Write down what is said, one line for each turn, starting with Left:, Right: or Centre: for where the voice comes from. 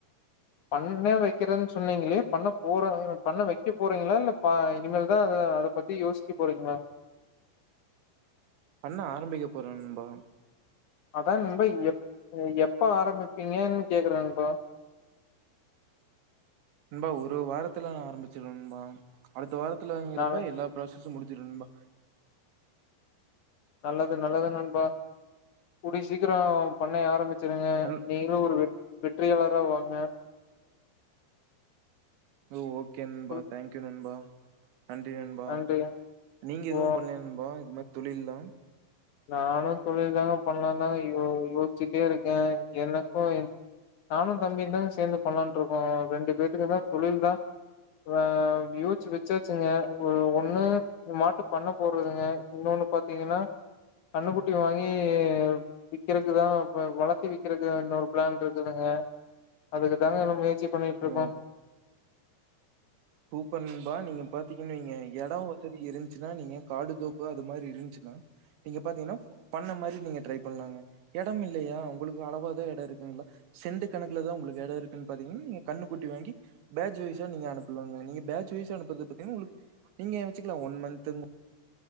Left: பண்ணே வைக்கறேன்னு சொன்னீங்களயே பண்ண போற பண்ண வைக்க போறீங்களா இல்ல பா இனிமலதான் அத அத பத்தி யோசிக்க போறீங்களா
Right: பண்ண ஆரம்பிக்க போறன் நண்பா
Left: அதான் நண்பா எப் எப்ப ஆரம்பிப்பீங்கன்னு கேக்குறேன் நண்பா
Right: நண்பா ஒரு வாரத்துல நான் ஆரம்பிச்சுருவன் நண்பா அடுத்த வாரத் <unintelligible> வாங்கறப்ப
Left: நானு
Right: எல்லா ப்ரோசெஸ் முடிஞச்சிட நண்பா
Left: நல்லது நல்லது நண்பா கூடிய சீக்கிரம் பண்ணைய ஆரம்பிச்ச ருங்க
Right: நன்
Left: நீங்களும் ஒரு வெற்றியாளர் <unintelligible> வாங்க
Right: <unintelligible> ஓகே நண்பா
Left: சொல்
Right: தேங்க்யூ நண்பா நன்றி நண்பா
Left: நன்றி
Right: நீங்க எதுவும்
Left: ஓ
Right: பண்ணலயா நண்பா இது மாதிரி தொழில்லான்
Left: நானும் தொழில் தாங்க பண்ணலாம் தாங்க யோ யோசிச்சுட்டே இருக்கேன் எனக்கும் நானும் தம்பி தாங்க சேர்ந்து பண்ணலான் இருக்கோம் ரெண்டு பேத்துக்கு தான் தொழில் தான் ஆஹ் யோசிச்சு வச்சாச்சுங்க ஒண்ணு மாட்டு பண்ண போடுறதுங்க இன்னொண்ணு பாத்தீங்கன்னா கண்ணு குட்டி வாங்கி விற்கறக்குதான் வளர்த்து விக்கறக்குன்ன ஒரு பிளான் இருக்குதுங்க அதுக்கு தாங்க நான் முயற் பண்ணிட்டு இருக்கோம்
Right: ஓ சூப்பர் நண்பா நீங்க பாத்தீங்கன்னு வெய்ங்க நீங்க எடம் வந்து இருந்து நீங்க காடு தோப்பு அது மாதிரி இருந்துச்சின்னா நீங்க பாத்தீங்கன்னா பண்ண மாதிர நீங்க ட்ரை பண்ணலாம் எடம் இல்லையா உங்களுக்கு அளவுதா எடம் இருக்குங்களா சென்ட் கணக்குல தாய் இடம் இருக்குன்னு பாத்தீங்கன்னா குட்டி வாங்கி பேஜ் வைஸா அனுப் சொல்லுங்க நீங்க பேட்ச் வைஃப் அனுப் <unintelligible> உங்களுக் நீங்க வெச்சுக்கலாம் ஒன் மந்த்